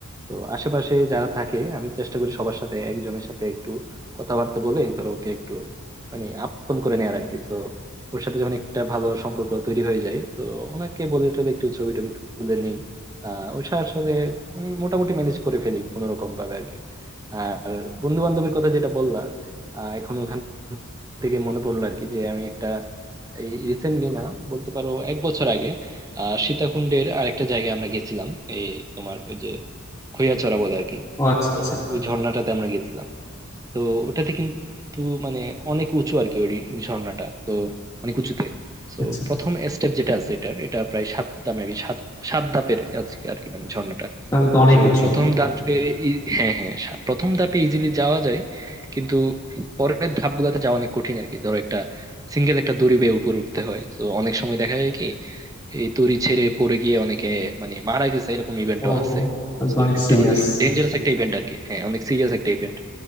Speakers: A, on the right; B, on the left.
A: তো আশেপাশে যারা থাকে আমি চেষ্টা করি সবার সাথে একজনের সাথে একটু কথাবার্তা বলে ধরো ওকে একটু মানে আপন করে নেয়ার আর কি তো ওর সাথে যখন একটা ভালো সম্পর্ক তৈরি হয়ে যায় তো ওনাকে বলে টলে একটু ছবি টবি তুলে নেই আহ ওর সাথে আসলে উনি মোটামুটি ম্যানেজ করে ফেলি কোনো রকম ভাবে আর কি আর বন্ধু বান্ধবের কথা যেটা বললাম আহ এখন ওখান থেকে মনে পড়লো আর কি যে আমি একটা এই রিসেন্টলি না বলতে পারো এক বছর আগে আহ সীতাকুণ্ডের আরেকটা জায়গায় আমরা গেছিলাম এই তোমার ওই যে খৈয়াছড়া বলে আর কি
B: ও আচ্ছা আচ্ছা
A: তো ওই ঝর্ণাটাতে আমরা গেছিলাম তো ওটাতে কিন্তু মানে অনেক উঁচু আর কি ওই ঝর্ণাটা তো অনেক উঁচুতে তো
B: আচ্ছা
A: প্রথম স্টেপ যেটা আছে এটার এটা প্রায় সাতটা মেবি সাত সাত ধাপের আছে আর কি মানে ঝর্ণাটা
B: তাহলে তো অনেক
A: তো
B: উঁচু
A: প্রথম ধাপে ই- হ্যাঁ হ্যাঁ সা- প্রথম ধাপে ইজিলি যাওয়া যায় কিন্তু পরের ধাপগুলোতে যাওয়া অনেক কঠিন আর কি ধরো একটা সিঙ্গেল একটা দড়ি বেয়ে উপরে উঠতে হয় তো অনেক সময় দেখা যায় কি এই দড়ি ছেড়ে পড়ে গিয়ে অনেকে মানে মারা গেছে এরকম ইভেন্টও
B: ও
A: আছে
B: হো তাহলে তো
A: তো
B: অনেক
A: এটা একটা
B: সিরিয়াস
A: মানে ডেঞ্জারাস একটা ইভেন্ট আর কি হ্যাঁ অনেক সিরিয়াস একটা ইভেন্ট